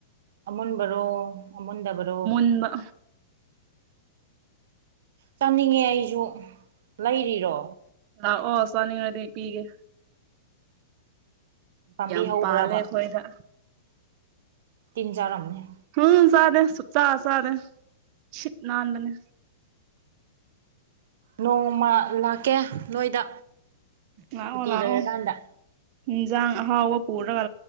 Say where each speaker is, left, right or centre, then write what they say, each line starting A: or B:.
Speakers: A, on the right; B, on the right.
A: ꯑꯃꯨꯟꯕꯔꯣ ꯑꯃꯨꯟꯗꯕꯔꯣ
B: ꯃꯨꯟꯕ
A: ꯆꯥꯅꯤꯡꯉꯦ ꯑꯩꯖꯨ ꯂꯩꯔꯤꯔꯣ
B: ꯂꯛꯑꯣ ꯆꯥꯅꯤꯉꯗꯤ ꯄꯤꯒꯦ
A: ꯄꯥꯝꯕꯤ
B: ꯌꯥꯝ
A: ꯍꯧꯕ꯭ꯔꯕ
B: ꯄꯥꯂꯦ ꯑꯩꯈꯣꯏꯗ
A: ꯇꯤꯟ ꯆꯥꯔꯝꯅꯤ
B: ꯎꯝ ꯆꯗꯦ ꯁꯛꯆꯥ ꯆꯥꯗꯦ ꯁꯤꯠ ꯅꯅꯥꯥꯟꯕꯅꯦ
A: ꯅꯣꯡꯃ ꯂꯥꯛꯀꯦ ꯅꯣꯏꯗ
B: ꯂꯥꯛꯑꯣ
A: ꯁꯨꯇꯤ
B: ꯂꯥꯛꯑꯣ
A: ꯂꯩꯔꯀꯥꯟꯗ
B: ꯏꯖꯥꯡ ꯍꯥꯎꯕꯥ ꯄꯨꯔꯒ